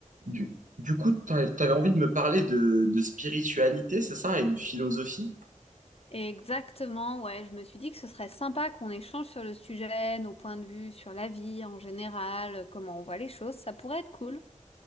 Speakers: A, on the right; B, on the left.
A: Du, du coup, t'a- t'avais envie de me parler de, de spiritualité, c'est ça, et de philosophie?
B: Exactement, ouais. Je me suis dit que ce serait sympa qu'on échange sur le sujet, nos points de vue sur la vie en général, euh, comment on voit les choses. Ça pourrait être cool.